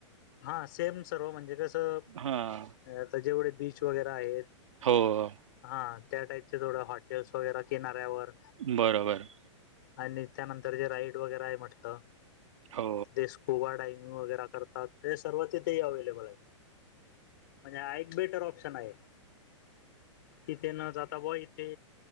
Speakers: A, on the left (about 40°); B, on the right (about 75°).
A: हा सेम सर्व म्हणजे कसं
B: हा
A: अ आता जेवढे बीच वगैरा आहेत.
B: हो.
A: हा त्या टाईपचे थोडं हॉटेल्स वगैरा किनाऱ्यावर
B: बरोबर.
A: आणि त्यानंतर जे राईड वगैर आहे म्हटलं
B: हो
A: ते ओव्हाडायमिंग वगैरा करतात. तर हे सर्व तथेही अवेलेबल आहे म्हणजे हा एक बेटर ऑप्शन आहे. तिथे न जाता व इथे